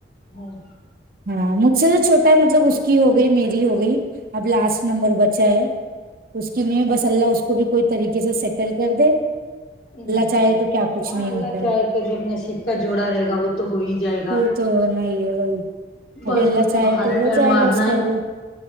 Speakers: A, on the left (about 50°); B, on the right (about 50°).
A: ہاں
B: ہاں مجھ سے جو چھوٹا ہے مطلب اس کی ہو گئی میری ہو گئی اب لاسٹ نمبر بچہ ہے اس کی نہیں بس اللہ اس کو بھی کوئی طریقے سے سیٹل کر دے
A: انشاء
B: چاہے
A: اللہ
B: تو کیا
A: انشاء
B: کچھ
A: اللہ
B: نہیں
A: اللہ
B: ہوتا
A: چاہے
B: ہے
A: تو جب نصیب کا جوڑا رہے گا وہ تو ہو ہی جائے گا
B: وہ تو نہیں ہے وہی ابھی
A: بس
B: اللہ
A: اپنے
B: چاہے
A: کو ہاتھ
B: تو ہو
A: پیر
B: جائے
A: مارنا
B: گا اس کا
A: ہے
B: بھی